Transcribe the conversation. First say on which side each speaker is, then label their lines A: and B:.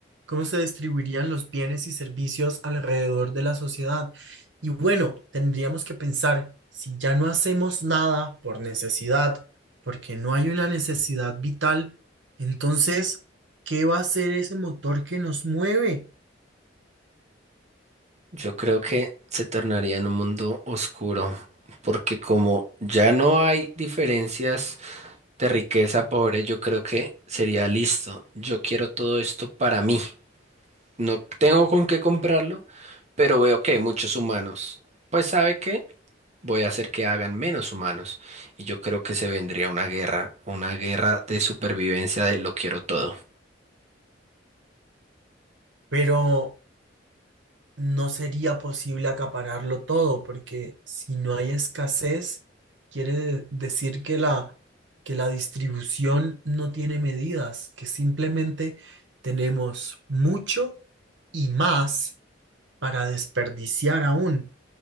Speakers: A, on the right; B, on the right.
A: cómo se distribuirían los bienes y servicios alrededor de la sociedad. Y bueno, tendríamos que pensar, si ya no hacemos nada por necesidad, porque no hay una necesidad vital, entonces, ¿qué va a ser ese motor que nos mueve?
B: Yo creo que se tornaría en un mundo oscuro, porque como ya no hay diferencias de riqueza, pobre, yo creo que sería listo. Yo quiero todo esto para mí. no tengo con qué comprarlo, pero veo que hay muchos humanos. Pues ¿sabe qué? Voy a hacer que hagan menos humanos. Y yo creo que se vendría una guerra, una guerra de supervivencia de lo quiero todo.
A: Pero no sería posible acapararlo todo, porque si no hay escasez, quiere de- decir que la, que la distribución no tiene medidas, que simplemente tenemos mucho y más para desperdiciar aún.